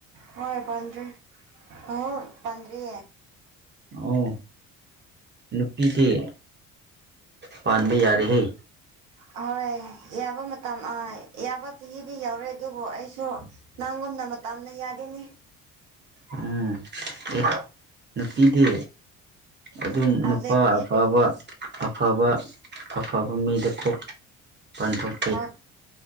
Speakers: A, on the right; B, on the right.
A: ꯍꯣꯏ ꯄꯟ ꯍ ꯄꯗꯔꯤ
B: ꯑꯣ ꯅꯨꯄꯤꯗꯤ ꯄꯥꯟꯕ ꯌꯥꯔꯦꯍꯦ
A: ꯑꯍꯣꯏ ꯌꯥꯕ ꯃꯇꯝ ꯑꯥ ꯌꯥꯕ ꯆꯍꯤꯗꯤ ꯌꯧꯔꯦ ꯑꯗꯨꯕꯨ ꯑꯩꯁꯨ ꯅꯪꯣ ꯅ ꯃ ꯇꯝꯅ ꯌꯥꯗꯅꯤ
B: ꯎꯝ ꯑꯦ ꯅꯨꯄꯤꯗꯤ ꯑꯗꯨꯝ
A: ꯍꯧꯖꯤꯛ
B: ꯅꯨꯄꯥ ꯑꯐꯕ ꯑꯐꯕ ꯑꯐꯕ ꯃꯤꯗ ꯀꯣꯛ ꯄꯥꯟꯊꯣꯛ
A: ꯍꯣꯏ